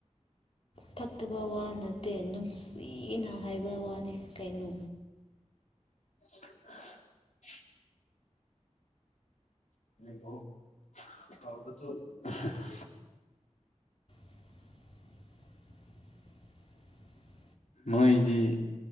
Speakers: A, on the left; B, on the left.
A: ꯐꯠꯇꯕ ꯋꯥ ꯅꯠꯇꯦ ꯅꯨꯡꯁꯤꯅ ꯍꯥꯏꯕ ꯋꯥꯅꯤ ꯀꯩꯅꯣ
B: ꯍꯥ <unintelligible> <unintelligible>
A: <inaudible>
B: ꯅꯣꯏꯗꯤ